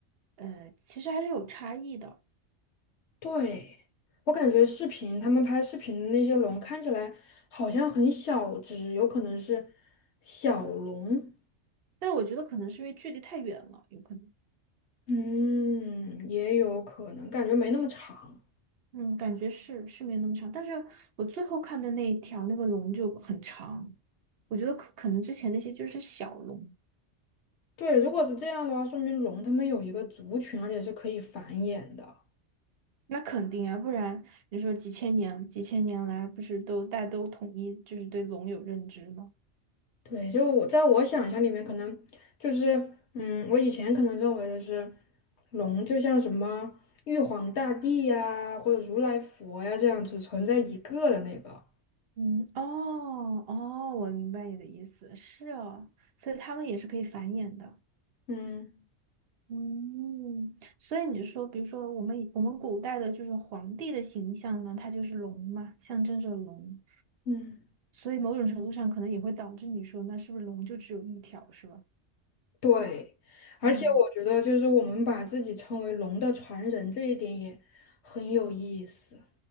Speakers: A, on the right; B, on the left.
A: 呃，其实还是有差异的。
B: 对，我感觉视频他们拍视频的那些龙看起来好像很小只，有可能是小龙。
A: 但我觉得可能是因为距离太远了，有可能。
B: 嗯，也有可能，感觉没那么长。
A: 嗯，感觉是是没那么长，但是我最后看的那一条那个龙就很长，我觉得可可能之前那些就是小龙。
B: 对，如果是这样的话，说明龙它们有一个族群，而且是可以繁衍的。
A: 那肯定啊，不然你说几千年、几千年来，不是都大家都统一就是对龙有认知吗？
B: 对，就我在我想象里面，可能就是，嗯，我以前可能认为的是，龙就像什么玉皇大帝呀，或者如来佛呀这样只存在一个的那个。
A: 嗯，哦哦，我明白你的意思，是哦，所以他们也是可以繁衍的。
B: 嗯
A: 嗯，所以你说，比如说我们以我们古代的就是皇帝的形象呢，它就是龙嘛，象征着龙，
B: 嗯，
A: 所以某种程度上可能也会导致你说，那是不是龙就只有一条，是吧？
B: 对。而且我觉得，
A: 嗯，
B: 就是我们把自己称为龙的传人这一点也很有意思。